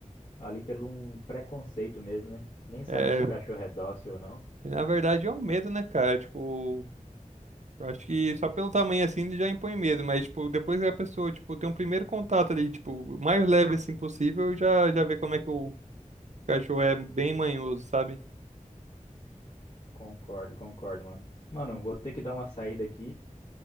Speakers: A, on the left; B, on the right.
A: ali pelo um preconceito mesmo, né? Nem sabe
B: É,
A: se o cachorro é dócil ou não.
B: na verdade é um medo, né, cara? Tipo, Eu acho que só pelo tamanho assim ele já impõe medo, mas tipo, depois que a pessoa, tipo, tem um primeiro contato ali, tipo, o mais leve assim possível, já já vê como é que o cachorro é bem manhoso, sabe?
A: Concordo, concordo, mano. Mano, vou ter que dar uma saída aqui.